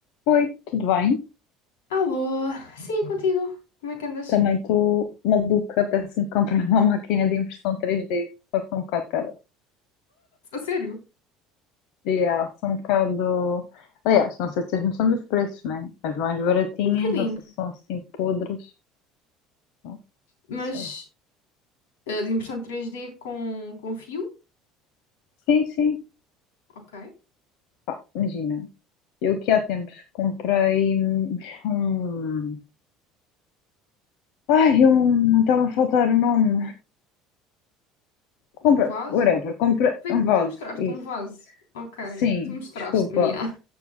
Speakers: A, on the left (about 75°); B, on the left (about 80°).
A: Oi, tudo bem?
B: Alô, sim, contigo. Como é que andas?
A: Também estou maluca, apetece-me comprar <laughs> uma máquina de impressão 3D, só que são um bocado cara.
B: A sério?
A: Yeah, são um bocado. Aliás, não sei se tens noção dos preços, né? As mais baratinhas,
B: Um bocadinho,
A: não sei se são assim podres. Não
B: mas
A: sei.
B: eh, de impressão três d com, com fio,
A: Sim, sim.
B: ok.
A: Pá, imagina, eu que há tempos comprei hum, um. Ai, um. Estava a faltar o nome. Compra,
B: Um vaso.
A: whatever, compra
B: Foi
A: um
B: aquilo
A: vaso,
B: que tu mostraste,
A: isso.
B: um vaso. Ok,
A: Sim,
B: tu mostraste-me,
A: desculpa.
B: yeah.